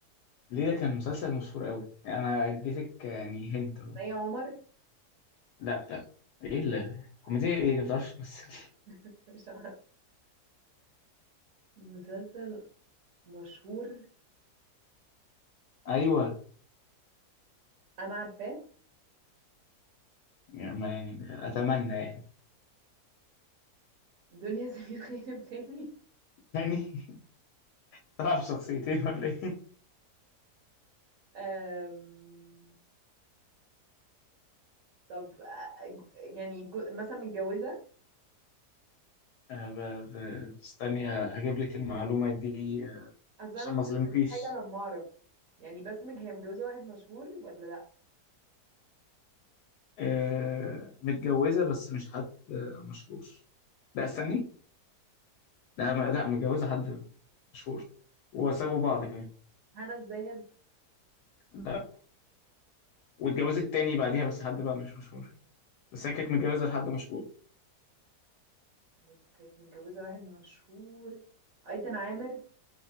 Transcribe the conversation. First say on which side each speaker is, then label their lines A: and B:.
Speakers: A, on the left; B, on the right.
A: ليه ده كان مسلسل مشهور قوي انا اديتك يعني هنت اهو
B: مي عمر
A: لا لا ايه اللي كوميديا ايه اللي ما بتعرفش تمثل
B: <laughs> مش عارف مسلسل مشهور
A: <laughs> ايوه
B: انا عارفاه
A: يعني ما يعني اتمنى يعني
B: دنيا سمير غانم تاني
A: تاني <laughs> طلع بشخصيتين ولا ايه
B: أم... طب آه، جو- يعني جو... مثلا متجوزة
A: آه، ب- ب- استني آه، اجيب لك المعلومه دي آه،
B: اصل
A: عشان
B: انا مش
A: ما اظلمكيش
B: هستفيد حاجة لما اعرف يعني بس من هي متجوزة واحد مشهور ولا لا
A: آه، متجوزه بس مش حد آه، مشهور لا استني لا ما- لا متجوزه حد مشهور وسابوا بعض كمان
B: هنا الزاهد
A: لا واتجوزت تاني بعديها بس حد بقى مش مشهور بس هي كانت متجوزه لحد مشهور
B: مت- كانت متجوزة واحد مشهور ايتن عامر